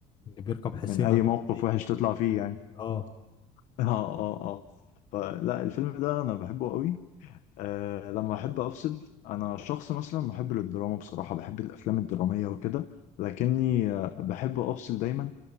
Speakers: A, on the left; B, on the left.
A: اللي بيركب حصينة
B: من أي
A: ده
B: موقف
A: ايه
B: وحش
A: جاي
B: تطلع
A: مش
B: فيه
A: عارف
B: يعني
A: إيه. اه
B: <laughs> آه آه آه فلا الفيلم ده أنا بحبه قوي أه لما أحب أفصل أنا شخص مثلا محب للدراما بصراحة بحب الأفلام الدرامية وكده لكني آه، بحب افصل دايما